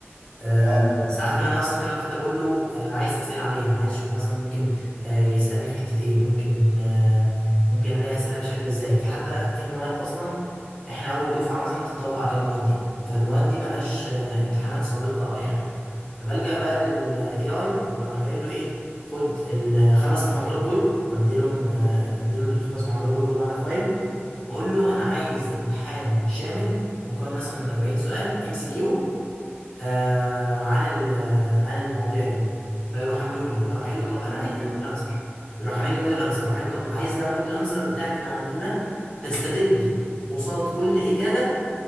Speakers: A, on the left; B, in the centre.
A: آه،
B: اه طبعا
A: ساعات كمان اصلا كمان حتى بقول له آه، عايز اسئله عليها عايز اشوف مثلا ممكن آه، يسالني في حته ايه ممكن آه، ممكن الاقي اسئله بشكل ازاي في حتى في مواد اصلا احنا اول دفعه مثلا تطبق عليها المواد دي فالمواد دي ملهاش آه، امتحانات سابقه او اي حاجه فبلجأ بقى للاي اي بروح قايل له ايه خد الخمس محاضرات دول واديلهم آه، اديله الخمس محاضرات دول كل واحده في فايل واقول له انا عايز امتحان شامل مكون مثلا من 40 سؤال ام سي كيو آه عن ال- آه، عن المواضيع دي فيروح عامله لي اروح قايل له طب انا
B: جامد
A: عايز
B: جدا
A: موديل انسر يروح عامل لي موديل انسر اروح قايل له طب عايز بقى موديل انسر بتاعك اللي عملته ده تستدل قصاد كل اجابه